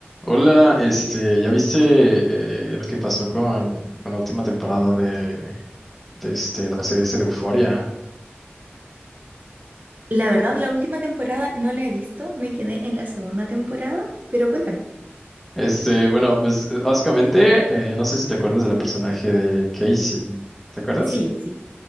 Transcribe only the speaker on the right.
La verdad, la última temporada no la he visto, me quedé en la segunda temporada, pero cuéntame.
Sí, sí,